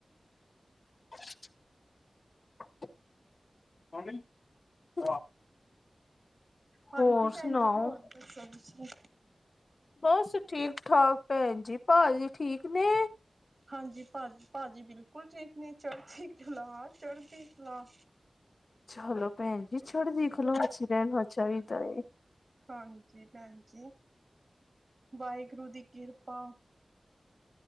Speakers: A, on the left (about 65°); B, on the right (about 45°).
A: <unintelligible>
B: ਹਾਂਜੀ
A: ਹੋਰ
B: ਭੈਣ
A: ਸੁਣਾਓ?
B: ਜੀ, ਹੋਰ ਦੱਸੋ ਤੁਸੀਂ?
A: ਬਸ ਠੀਕ- ਠਾਕ ਭੈਣ ਜੀ, ਭਾਜੀ ਠੀਕ ਨੇ?
B: ਹਾਂਜੀ, ਭਾਜੀ, ਭਾਜੀ, ਬਿਲਕੁਲ ਠੀਕ ਨੇ, ਚੜ੍ਹਦੀ ਕਲਾ- ਚੜ੍ਹਦੀ ਕਲਾ।
A: ਚਲੋ ਭੈਣ ਜੀ ਚੜਦੀ ਕਲਾ 'ਚ ਰਹਿਣਾ ਚਾਈਦਾ ਏ।
B: ਹਾਂਜੀ, ਭੈਣ ਜੀ, ਵਾਹਿਗੁਰੂ ਦੀ ਕਿਰਪਾ।